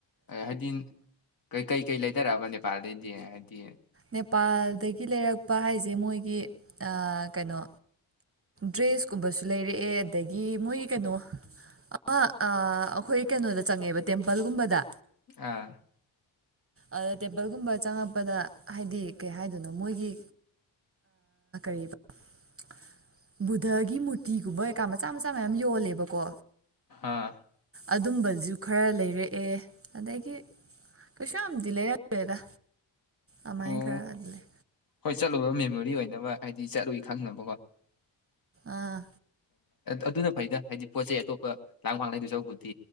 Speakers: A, on the left; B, on the right.
A: ꯍꯥꯏꯗꯤ ꯀꯩ ꯀꯩꯀꯩ ꯂꯩꯗꯔꯛꯑꯕ ꯅꯦꯄꯥꯜꯗꯩꯩ <unintelligible> ꯍꯥꯏꯗꯤ
B: ꯅꯦꯄꯥꯜꯗꯒꯤ ꯂꯩꯔꯛꯄ ꯍꯥꯏꯁꯦ ꯃꯣꯏꯒꯤ ꯀꯩꯅꯣ ꯗ꯭ꯔꯦꯁꯀꯨꯝꯕꯁꯨ ꯂꯩꯔꯛꯑꯦ ꯑꯗꯒꯤ ꯃꯣꯏꯒꯤ ꯀꯩꯅꯣ ꯑꯃ ꯑꯩꯈꯣꯏ ꯀꯩꯅꯣꯗ ꯆꯪꯉꯦꯕ ꯇꯦꯝꯄꯜꯒꯨꯝꯕꯗ
A: ꯑꯥ
B: ꯑꯗ ꯇꯦꯝꯄꯜꯒꯨꯝꯕ ꯆꯪꯉꯛꯄꯗ ꯍꯥꯏꯗꯤ ꯀꯩ ꯍꯥꯏꯗꯣꯏꯅꯣ ꯃꯣꯏꯒꯤ <unintelligible> ꯕꯨꯙꯒꯤ ꯃꯨꯔꯇꯤꯒꯨꯝꯕ ꯀꯩꯀꯥ ꯃꯆꯥ ꯃꯆꯥ ꯃꯌꯥꯝ ꯌꯣꯜꯂꯦꯕꯀꯣ
A: ꯑꯥ
B: ꯑꯗꯨꯝꯕꯁꯨ ꯈꯔ ꯂꯩꯔꯛꯑꯦ ꯑꯗꯒꯤ ꯀꯩꯁꯨ ꯌꯥꯝꯗꯤ ꯂꯩꯔꯛꯇꯔ꯭ꯦꯗ ꯑꯃꯥꯏ
A: ꯑꯣ
B: ꯈꯔ <unintelligible>
A: ꯍꯣꯏ ꯆꯠꯂꯨꯕ ꯃꯦꯃꯣꯔꯤ ꯑꯣꯏꯅꯕ ꯍꯥꯏꯗꯤ ꯆꯠꯂꯨꯏ ꯈꯪꯅꯕꯀꯣ
B: ꯑꯥ
A: ꯑꯗꯨꯅ ꯐꯩꯗ ꯍꯥꯏꯗꯤ ꯄꯣꯠ ꯆꯩ ꯑꯇꯣꯞꯄ ꯂꯥꯡ ꯐꯥꯡ ꯂꯩꯗꯣꯏ ꯁꯔꯨꯛꯄꯨꯗꯤ